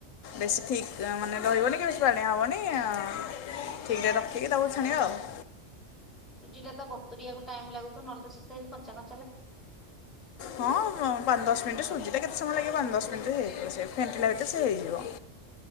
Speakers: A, on the left (about 80°); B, in the centre.
A: ବେଶୀ ଥିକ୍ ମାନେ ରହିବନି କି ବେଶୀ ପାଣିଆ ହେବନି ଆ। ଠିକ ରେ ରଖିକି ତାକୁ ଛାଣିଆ ଆଉ।
B: ସୁଜି ଟା ତ ବତୁରିଆକୁ ଟାଇମ ଲାଗୁ ଥିବ ନଏଲେ ତ ସିଏ ସେଲି କଞ୍ଚା କ
A: ହଁ ପାଞ୍ଚ ଦଶ ମିିନିଟି ସୂଜି ଟା କେ କେତେ ସମୟ ଲାଗିବ ପାଞ୍ଚ ଦଶ ମିନିଟ ରେ ହେଇଯିବ ସେ ଫେଣ୍ଠିଲା ଭିତରେ ସେ ହେଇଯିବ।